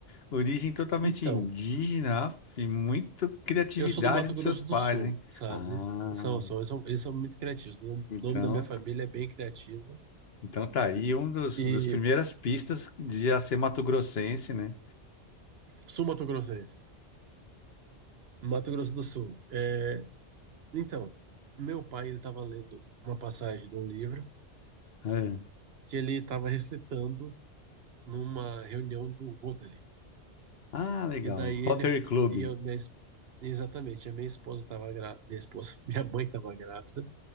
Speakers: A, on the left; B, on the right.
A: origem totalmente
B: Então,
A: indígena, af, e muito criatividade
B: eu sou do Mato
A: dos
B: Grosso
A: seus pais,
B: do Sul,
A: hein?
B: sabe?
A: Ah,
B: São, são, eles são, eles são muito criativos. O
A: então.
B: nome da minha família é bem criativo.
A: Então tá aí um dos,
B: E
A: dos primeiras pistas de já ser mato-grossense, né?
B: sul-mato-grossense, Mato Grosso do Sul. É, Então, meu pai, ele estava lendo uma passagem de um livro
A: É.
B: que ele estava recitando numa reunião do Rotary.
A: Ah, legal.
B: E daí ele
A: Rotary Club.
B: e eu minha, es- exatamente, a minha esposa estava grávida, minha esposa, <laughs> minha mãe estava grávida.